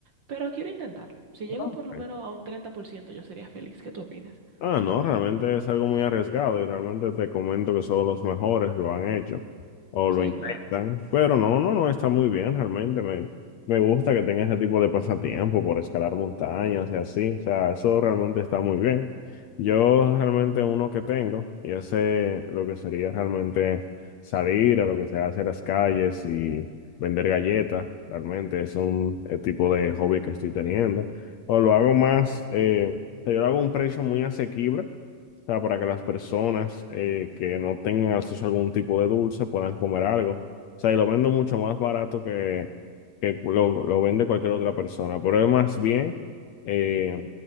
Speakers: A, on the right (about 50°); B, on the left (about 75°).
A: pero quiero intentarlo. Si llego
B: Ah.
A: por lo
B: ok.
A: menos a un 30% yo sería feliz. ¿Qué tú opinas?
B: Ah, no, realmente es algo muy arriesgado y realmente te comento que solo los mejores lo han hecho o lo
A: Sí,
B: intentan,
A: claro.
B: pero no, no, no está muy bien realmente. Me, me gusta que tenga ese tipo de pasatiempo por escalar montañas y así, o sea, eso realmente está muy bien. Yo realmente uno que tengo y ese lo que sería realmente salir a lo que se hace en las calles y vender galletas, realmente es un eh, tipo de hobby que estoy teniendo o lo hago más. eh, o sea, yo lo hago a un precio muy asequible, o sea, para que las personas eh, que no tengan acceso a algún tipo de dulce puedan comer algo. O sea, y lo vendo mucho más barato que, que lo, lo vende cualquier otra persona. Pero es más bien eh,